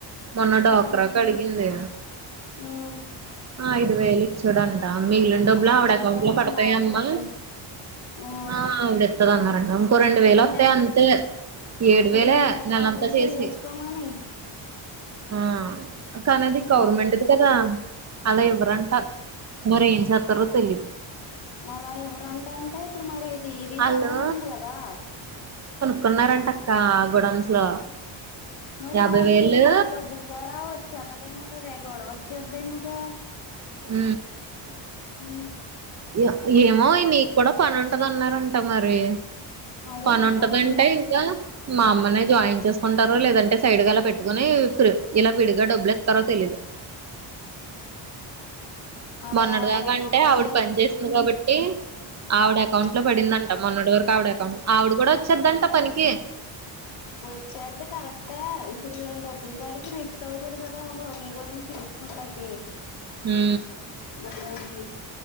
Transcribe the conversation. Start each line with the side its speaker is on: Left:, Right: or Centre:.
Right: మొన్న డోకరాకు
Left: ఉమ్
Right: అడిగింది
Left: ఉమ్
Right: ఐదు వేలు ఇచ్చాడంట
Left: ఇచ్
Right: మిగిలి డబ్బులో
Left: ఇచ్చిందా
Right: ఆవిడ అకౌంట్ లో
Left: మళ్ళీ
Right: పడతాయి
Left: ఆవిడ
Right: అమ్మా
Left: దెబ్బే ఓ
Right: ఆ ఆవిడ ఎత్తదన్నారండి ఇంకో రెండు
Left: ఇంక
Right: వేల
Left: దీని
Right: వత్తయి అంతే ఏడు
Left: ఇప్పుడు
Right: వేలే
Left: దీని అకౌంట్
Right: నెలంతా
Left: నుంచి
Right: చేసి
Left: చేసేసుకోమని
Right: ఆ కానది
Left: దీని
Right: గవర్నమెంట్ది
Left: దానికి
Right: కదా అలా ఎవ్వరంట మరి ఏం చేతరో తెలీదు
Left: అలా ఇవరంటా అంటే ఇప్పుడు మరి ఈదీ
Right: ఆళ్ళు
Left: జానవతుంది కదా
Right: కొన్నారంట అక్క గోడమ్స్ లో
Left: మరి
Right: యాభై
Left: ఆది
Right: వేలు
Left: డబ్బలు కాడా వచ్చాతదదేమో కదే గొడవ వచ్చేద్దేమింకా
Right: ఊ
Left: ఊ
Right: ఒ ఏమో నీకు కూడా పనుం క్కద అన్నారంట మరి
Left: అదే
Right: పనింటందంటే
Left: ఉంటానన్నది
Right: ఇంకా మామ్ మని జాయిన్ చేసుకుంటారో లేదంటే సైడ్గా అలా పెట్టుకుని ఫ్రె ఇలా విడిగా డబ్బులు ఇతారో తెలీదు
Left: అలాగాగుడకుంటే
Right: మొన్నటి దాకా అంటే ఆవిడ పని చేేసింది కాబట్టి ఆవిడ అకౌంట్ లో
Left: ఉమ్
Right: పడిందంట మొన్నటి వరకు ఆవిడ ఆవిడ కూడా వచ్చద్దంట పనికి
Left: వచ్చేద్ది కరెక్టే ప్పుడు ఈళ్ డబులు కాడికి రిస్ తౌతుది కదా <inaudible> తెలుసుకుంటాకి
Right: హూ
Left: మరాగ్ను